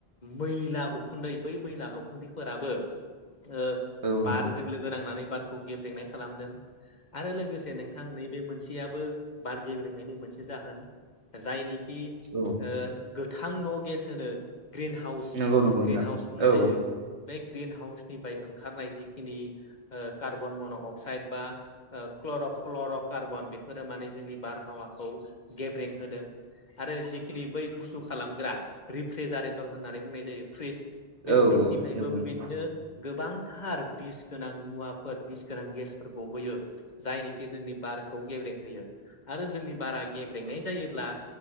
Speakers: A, on the left; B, on the right.
A: मैला उखुन्दै बै मैला उखुन्दैफोराबो ओ
B: औ नोंथां
A: बारजों लोगो नांनानै बारखौ ग्रेब्रेंनाय खालामदों। आरो लोगोसे नोंथां नैबे मोनसेयाबो बार गेब्रेंनायनि मोनसे जाहोन जायनि कि
B: औ
A: ओ गोथां न' गेस होनो ग्रिन हाउस
B: नंगौ नंगौ नोंथां
A: ग्रिन हाउस बुंनाय
B: औ
A: जायो बे ग्रिन हाउसनिफ्राय ओंखारनाय जिखिनि ओ कार्बन मन' अक्साइद बा क्ल फ्लर' कार्बन बेफोरो माने जोंनि बारहावाखौ गेब्रें होदों आरो जिखिनि बै गुसु खालामग्रा रिफ्रिजारेटर होननानै बुंनाय जायो फ्रिस बे
B: औ
A: फ्रिजनिफ्रायबो
B: औ नंगौ
A: बेबायदिनो
B: नंगौ औ
A: गोबांथार बिस गोनां मुवाफोर बिस गोनां गेसफोर गबोयो जायनिखि जोंनि बारखौ गेब्रें होयो आरो जोंनि बारा गेब्रेंनाय जायोब्ला